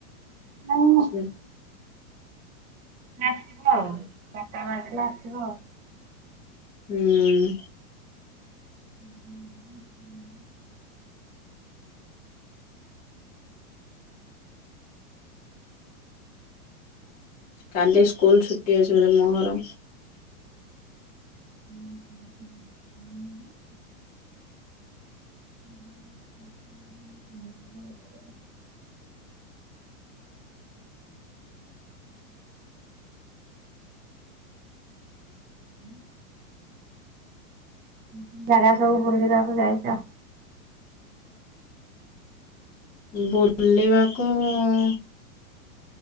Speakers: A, on the right (about 20°); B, on the left (about 20°).
A: ନାଇଁ
B: ଆସିଲା
A: ଏଇନେ ଆସିବ ଆଉ ଚାରଟା ବାଜିଲା ଆସିବ ଆଉ।
B: ହୁଁ।
A: ହୁଁ ହୁଁ ହୁଁ ହୁଁ।
B: କାଲି ସ୍କୁଲ ଛୁଟି ଅଛି ବୋଧେ ମୋହରମ୍
A: <inaudible> ହ ହୁଁ। କଉ କଉ ଜାଗା ସବୁ ବୁଲିିବାକୁ ଯାଇଚ?
B: ବୁଲିବାକୁ ଉଁ ଉଁ